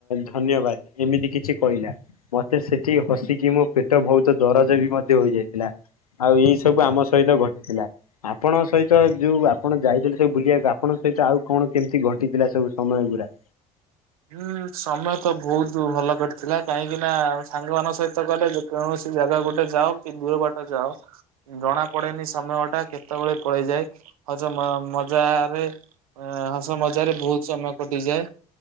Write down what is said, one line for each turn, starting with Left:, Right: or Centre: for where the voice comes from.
Left: ଧନ୍ୟବାଦ ଏମିତି କିଛି କହିଲା। ମତେ ସେଠି ହସିକି ମୋ ପେଟ ବହୁତ ଦରଜ ବି ମଧ୍ୟ ହୋଇଯାଇଥିଲା। ଆଉ ଏଇ ସବୁ ଆମ ସହିତ ଘଟିଥିଲା। ଆପଣଙ୍କ ସହିତ ଯୋଉ ଆପଣ ଯାଇଛନ୍ତି ସବୁ ବୁଲିବାକୁ ଆପଣଙ୍କ ସହିତ ଆଉ କଣ କେମିତି ଘଟିଥିଲା ସବୁ ସମୟ ଗୁଡା?
Right: ହୁଁ ସମୟ ତ ବହୁତ ଭଲ କରିଥିଲା କାହିଁକି ନା ସାଙ୍ଗମାନାନଙ୍କ ସହିତ ଗଲେ କୌଣସି ଜାଗା ଗୋଟେ ଯାଅ କି ଦୂର ବାଟ ଯାଅ ଜଣା ପଡେନି ସମୟଟା କେତେବେଳେ ପଳେଇଯାଏ ହଜ ମଜାରେ ଅ ହସ ମଜାରେ ବହୁତ ସମୟ କଟିଯାଏ।